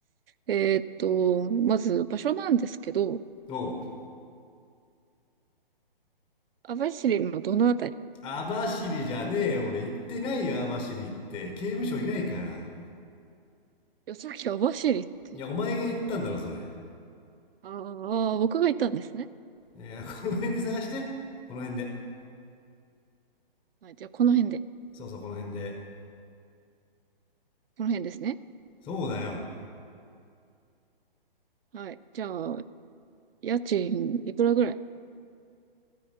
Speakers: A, on the right; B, in the centre.
A: えーっと、まず場所なんですけど、
B: おう。
A: 網走のどのあたり
B: 網走じゃねえよ。俺行ってないよ、網走って。刑務所いないから。
A: いや、さっき網走って、
B: いや、お前が行ったんだろ、それ。
A: ああ、僕が言ったんですね。
B: いや、この辺で探して。この辺で。
A: はい、じゃあこの辺で、
B: そうそう、この辺で。
A: この辺ですね。
B: そうだよ。
A: はい、じゃあ、家賃いくらぐらい